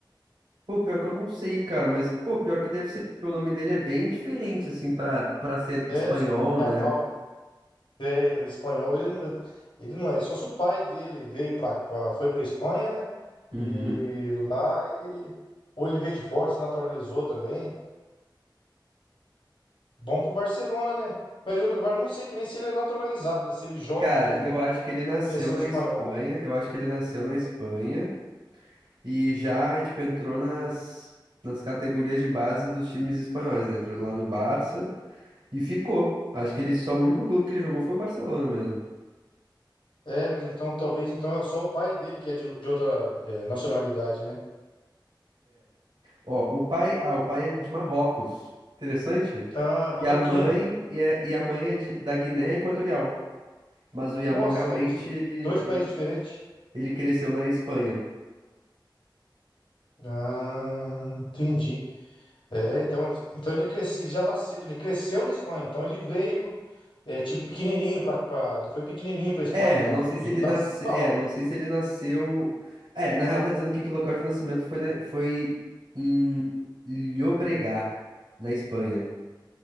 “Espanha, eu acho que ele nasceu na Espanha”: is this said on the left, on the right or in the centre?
Right